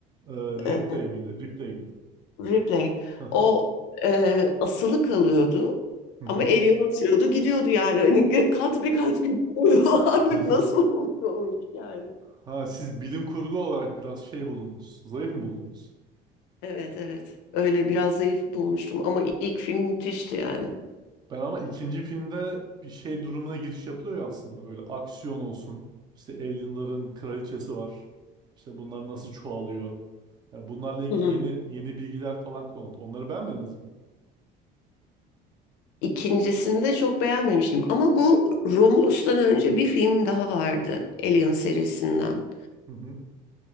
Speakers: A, on the right; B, on the left.
A: Ee, Ripley
B: E,
A: miydi? Ripley miydi?
B: Replay.
A: Aha.
B: O e, asılı kalıyordu
A: Hı hı.
B: ama el yanaşıyordu gidiyordu yani. Hani kat be kat gidiyordu. <laughs> Ağırlık
A: <laughs>
B: nasıl oluyormuş yani.
A: Ha, siz bilim kurgu olarak biraz şey buldunuz. Zayıf mı buldunuz?
B: Evet evet. Öyle biraz zayıf bulmuştum ama ilk film müthişti yani.
A: Ben ama ikinci filmde bir şey durumuna giriş yapılıyor ya aslında. Böyle aksiyon olsun. İşte alienların kraliçesi var. İşte bunlar nasıl çoğalıyor. Yani bunlarla ilgili
B: Hı hı.
A: yeni yeni bilgiler falan konuldu. Onları beğenmediniz mi?
B: İkincisini de çok beğenmemiştim. Ama bu Romulus'tan önce bir film daha vardı. Alien serisinden.
A: Hı hı.